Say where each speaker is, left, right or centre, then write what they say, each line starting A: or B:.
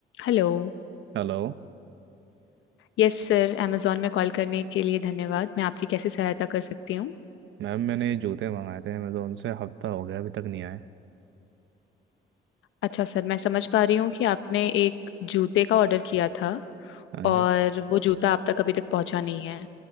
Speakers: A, on the left (about 85°); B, on the right (about 70°).
A: Hello
B: Hello
A: Yes sir Amazon में call करने के लिए धन्यवाद मैं आपकी कैसे सहायता कर सकती हूँ
B: Ma'am मैंने ये जूते मंगाए थे अमेजोन से हफ्ता हो गया अभी तक नहीं आए
A: अच्छा सर मैं समझ पा रही हूँ कि आपने एक जूते का ऑर्डर किया था
B: हाँ
A: और
B: जी
A: वो जूता आप तक अभी तक पहुँचा नहीं है